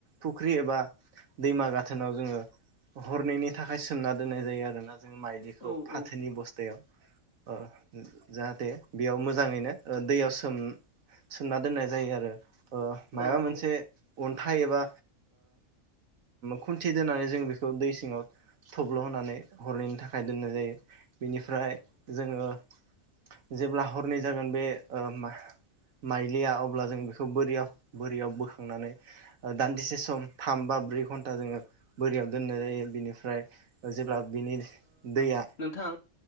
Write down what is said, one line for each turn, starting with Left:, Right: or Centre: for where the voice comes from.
Right: फुख्रि एबा दैमा गाथोनाव जोङो हरनैनि थाखाय सोमना दोननाय जायो आरोना जों माइलिखौ
Left: औ
Right: फाथोनि
Left: औ
Right: बस्थायाव जाहाथे बेयाव मोजाङैनो दैयाव सोम सोमना दोननाय जायो आरो ओ मायोबा
Left: अ औ
Right: मोनसे
Left: औ
Right: अन्थाइ एबा खुन्थि दोननानै जों बेखौ दै सिङाव थब्ल' होनानै हरननि थाखाय दोननाय जायो बेनिफ्राय जोङो जेब्ला हरनै जागोन बे माइ माइलिया अब्ला जों बेखौ बोरियाव बोरियाव बोखांनानै दान्दिसे सम थामबा ब्रै घन्टा जों बोरियाव दोननाय जायो बिनिफ्राय जेब्ला बिनि दैया
Left: नोंथां